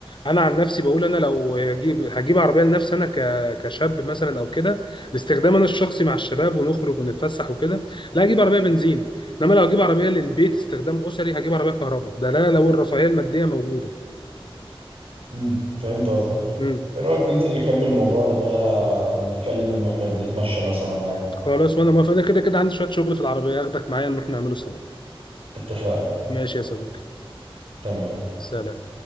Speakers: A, on the left; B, on the right.
A: انا عن نفسي بقول انا لو هجيب هجيب عربيه لنفسي انا ك- كشاب مثلا او كده لاستخدام انا الشخصي مع الشباب ونخرج ونتفسح وكده لا هجيب عربيه بنزين انما لو هجيب عربيه للبيت استخدام اسري هجيب عربيه كهرباء ده لا لو الرفاهيه الماديه موجوده
B: امم فهمت قصدك
A: امم
B: ايه رأيك ننزل نكمل موضوعنا ده نتكلم واحنا بنتمشى مثلا او حاجة
A: خلاص وانا موافق انا كده كده عندي شويه شغل في العربيه هاخدك معايا نروح نعمله سوا
B: اتفقنا
A: ماشي يا صديقي
B: تمام
A: سلام